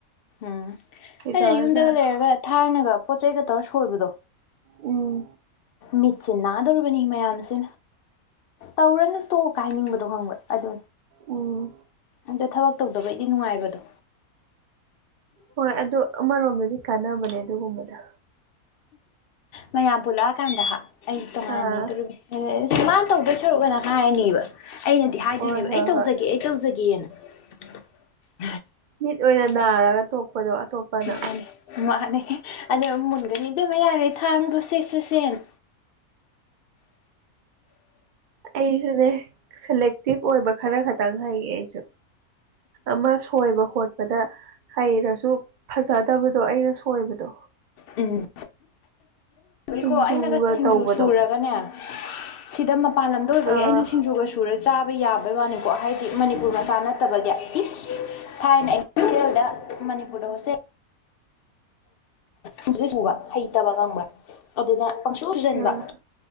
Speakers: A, on the left; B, on the right.
A: ꯎꯝ ꯑꯩꯅ
B: ꯀꯩꯗꯧꯔꯖꯥꯠꯅꯣ
A: ꯌꯨꯝꯗꯒ- ꯂꯩꯔꯒ ꯊꯥꯡꯅꯒ ꯄꯣꯠꯆꯩꯒ ꯇꯧꯔ ꯁꯣꯏꯕꯗꯣ
B: ꯎꯪ
A: ꯃꯤꯠꯁꯦ ꯅꯥꯗꯧꯔꯤꯕꯅꯤ ꯃꯌꯥꯝꯁꯦ ꯇꯧꯔꯅꯨ ꯇꯣꯛꯑꯣ ꯀꯥ ꯍꯥꯏꯅꯤꯡꯕ ꯗꯨ ꯈꯣꯕ꯭ꯔꯥ ꯑꯗꯨ
B: ꯎꯝ
A: ꯑꯥꯗ ꯈꯜꯂꯛ ꯇꯧꯗꯕꯩꯗꯤ ꯅꯨꯡꯉꯥꯏꯕꯗꯣ
B: ꯍꯣꯏ ꯑꯗꯨ ꯑꯃꯔꯣꯝꯗꯗꯤ ꯀꯥꯟꯅꯕꯅꯦ ꯑꯗꯨꯒꯨꯝꯕꯗꯣ
A: ꯃꯌꯥꯝ ꯄꯨꯜꯂꯛꯑꯀꯥꯟꯗ ꯍꯥ ꯑꯩ ꯇꯣꯡꯉꯥꯟꯅ
B: ꯑꯥ
A: ꯂꯩꯗꯣꯔꯤꯕꯅꯦ ꯑꯦꯁ ꯃꯥꯅ ꯇꯧꯗꯣꯏ ꯁꯔꯨꯛ ꯑꯥꯅ ꯍꯥꯏꯔꯅꯤꯕ ꯑꯩꯅꯗꯤ ꯍꯥꯏꯗꯣꯏꯅꯦꯕ
B: ꯍꯣꯏ ꯍꯣꯏ
A: ꯑꯩ ꯇꯧꯖꯒꯦ-
B: ꯍꯣꯏ
A: ꯑꯩ ꯇꯧꯖꯒꯦꯅ INAUDIBLE
B: ꯃꯤꯠ ꯑꯣꯏꯅ ꯅꯥꯔꯒ ꯇꯣꯛꯄꯗꯣ ꯑꯇꯣꯞꯄꯅ
A: ꯃꯥꯅꯦ ꯃꯥꯅꯦ ꯑꯗꯨꯅꯥꯃꯨꯛ ꯃꯨꯟꯒꯅꯤ ꯏꯕꯦꯝꯃꯥ ꯌꯥꯔꯦ ꯊꯥꯡꯗꯣ ꯁꯦꯁꯦ ꯁꯦꯅꯥ
B: ꯑꯩꯖꯨꯅꯦ ꯁꯦꯂꯦꯛꯇꯤꯞ ꯑꯣꯏꯕ ꯈꯔ ꯈꯛꯇꯪ ꯍꯩꯌꯦ ꯑꯩꯖꯨ ꯑꯃ ꯁꯣꯏꯕ-ꯈꯣꯠꯄꯗ ꯍꯩꯔꯖꯨ ꯐꯖꯗꯕꯗꯣ ꯑꯩꯅ ꯁꯣꯏꯕꯗꯣ
A: ꯎꯝ
B: ꯁꯤꯡꯖꯨꯒ
A: ꯀꯣ ꯑꯩꯅꯒ ꯁꯤꯡꯖꯨ
B: ꯇꯧꯕꯗꯣ
A: ꯁꯨꯔꯒꯅꯦ ꯁꯤꯗ ꯃꯄꯥꯟ ꯂꯝꯗ ꯑꯣꯏꯕꯒꯤ
B: ꯑꯥ
A: ꯑꯩꯅ ꯁꯤꯡꯖꯨꯒ ꯁꯨꯔ ꯆꯥꯕ ꯌꯥꯕꯩ ꯋꯥꯅꯤꯀꯣ ꯍꯥꯏꯗꯤ ꯃꯅꯤꯄꯨꯔ ꯃꯆꯥ ꯅꯠꯇꯕꯒꯤ ꯏꯁ ꯊꯥꯏꯅ ꯑꯩ ꯇꯦꯜꯗ ꯃꯅꯤꯄꯨꯔꯗ ꯍꯣꯁꯇꯦꯜ ꯁꯤꯁꯨ ꯁꯨꯕ ꯍꯩꯇꯕ ꯉꯪꯕ꯭ꯔꯥ ꯑꯗꯨꯗ ꯄꯪꯁꯨ ꯁꯨꯖꯟꯕ
B: ꯑꯥ